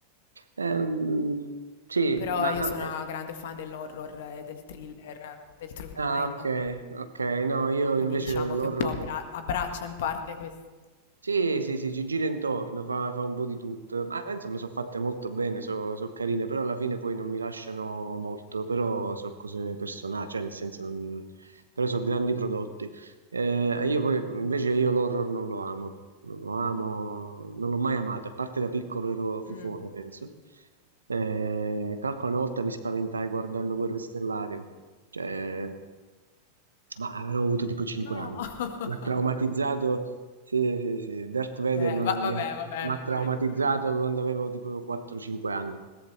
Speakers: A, on the right (about 75°); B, on the left (about 55°).
A: Ehm, sì,
B: Però
A: ma...
B: io
A: a
B: sono
A: me-
B: una grande fan dell'horror, eh, del thriller, del true crime,
A: Ah, ok, ok, no, io
B: quindi
A: invece
B: diciamo
A: l'horror
B: che un po' abbra- abbraccia in parte questo.
A: Sì, sì, sì, ci gira intorno, fa, fa un po' di tutto. Ma ma insomma, sono fatte molto bene, sono carine, però alla fine poi non mi lasciano molto, però sono cose personali, cioè nel senso, non- però sono grandi prodotti. Eh, io poi, invece, io l'horror non lo amo, non lo amo, non l'ho mai amato, a parte da piccolo ero fifone,
B: Mm.
A: penso. Eh, calcolo una volta mi spaventai guardando Guerre Stellari, cioè... Ma avrò avuto tipo 5
B: No!
A: anni.
B: <laughs>
A: Mi ha traumatizzato, sì, sì, sì, Darth Vader
B: Eh,
A: ma-
B: va vabbè,
A: mi ha,
B: vabbè,
A: mi ha
B: va
A: traumatizzato
B: bene, va bene.
A: quando avevo tipo 4-5 anni.